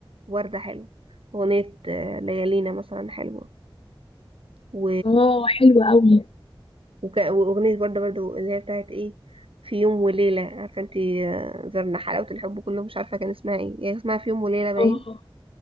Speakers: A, on the right (about 75°); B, on the left (about 80°).
A: وردة حلوة أغنية آه، ليالينا مثلا حلوة و...
B: اه حلوة قوي
A: وك... وأغنية وردة برضو اللي هي بتاعت إيه في يوم وليلة عارفة انتي آه، زرنا حلاوة الحب كله مش عارفة كان اسمها ايه هي اسمها في يوم وليلة باين
B: اه